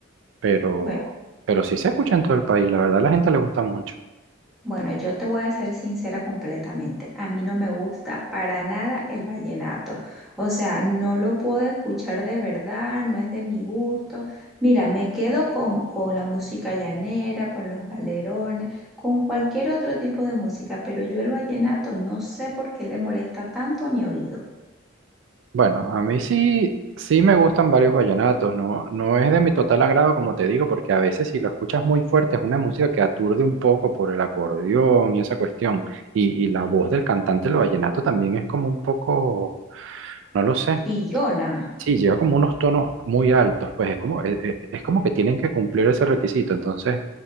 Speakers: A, on the right; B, in the centre.
A: pero,
B: Bueno,
A: pero sí se escucha en todo el país, la verdad, a la gente le gusta mucho.
B: Bueno, yo te voy a ser sincera completamente. A mí no me gusta para nada el vallenato. O sea, no lo puedo escuchar de verdad, no es de mi gusto. Mira, me quedo con, con la música llanera, con los galerones, con cualquier otro tipo de música, pero yo el vallenato no sé por qué le molesta tanto a mi oído.
A: Bueno, a mí sí, sí me gustan varios vallenatos, no, no es de mi total agrado, como te digo, porque a veces si lo escuchas muy fuerte es una música que aturde un poco por el acordeón y esa cuestión, y, y la voz del cantante del vallenato también es como un poco, no lo sé,
B: Chillona.
A: sí, lleva como unos tonos muy altos, pues es como, es, es- es como que tienen que cumplir ese requisito, entonces